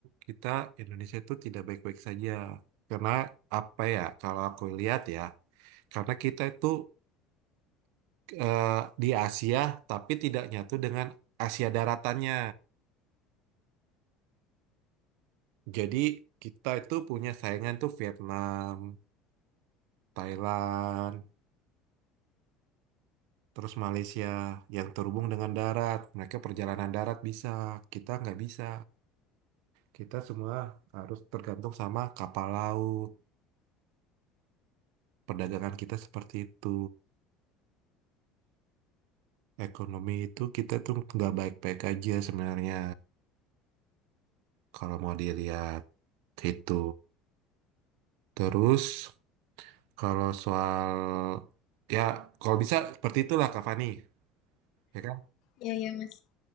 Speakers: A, on the right; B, on the left.
A: kita Indonesia itu tidak baik-baik saja. Karena apa ya, kalau aku lihat ya, karena kita itu eh, di Asia tapi tidak nyatu dengan Asia daratannya. Jadi kita itu punya saingan tuh Vietnam, Thailand, terus Malaysia yang terhubung dengan darat. Mereka perjalanan darat bisa, kita nggak bisa. Kita semua harus tergantung sama kapal laut. Perdagangan kita seperti itu. Ekonomi itu kita tuh nggak baik-baik aja sebenarnya kalau mau dilihat gitu. Terus kalau soal ya kalau bisa seperti itulah Kak Fani, ya kan?
B: Iya iya Mas.